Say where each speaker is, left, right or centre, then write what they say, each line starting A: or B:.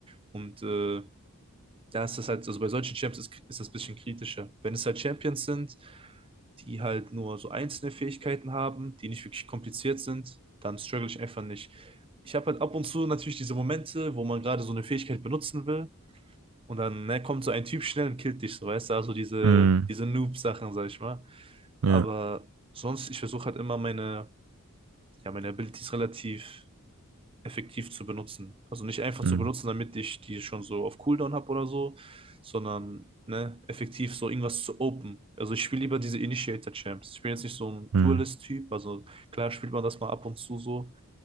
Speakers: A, on the right; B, on the right.
A: Und äh, da ist das halt, also bei solchen Champs ist, ist das ein bisschen kritischer. Wenn es halt Champions sind, die halt nur so einzelne Fähigkeiten haben, die nicht wirklich kompliziert sind, dann struggle ich einfach nicht. Ich habe halt ab und zu natürlich diese Momente, wo man gerade so eine Fähigkeit benutzen will und dann, ne, kommt so ein Typ schnell und killt dich, so, weißt du, also diese,
B: Hm.
A: diese Noob-Sachen, sag ich mal.
B: Ja.
A: Aber sonst, ich versuche halt immer meine, ja, meine Abilities relativ effektiv zu benutzen. Also nicht einfach
B: Hm.
A: zu benutzen, damit ich die schon so auf Cooldown habe oder so, sondern ne, effektiv so irgendwas zu open. Also ich spiele lieber diese Initiator-Champs. Ich bin jetzt nicht so ein
B: Hm.
A: Duelist-Typ, also klar spielt man das mal ab und zu so,